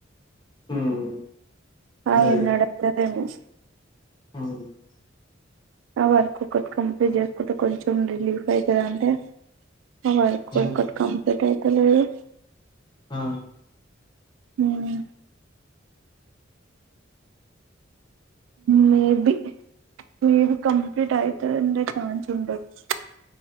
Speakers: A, on the left (about 25°); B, on the right (about 85°).
A: హ్మ్. అంటే
B: అవిడత <unintelligible>
A: హ్మ్.
B: ఆ వర్క్ ఒకటి కంప్లీట్ చేసుకుంటే కొంచెం రిలీఫ్ అయితదాంటే ఆ వర్క్
A: హ్మ్.
B: ఒకటి కం ఎటైతలేదు
A: ఆ
B: ఉమ్ మేబి మేబి కంప్లీట్ అయితదంటే ఛాన్స్ ఉండొచ్చు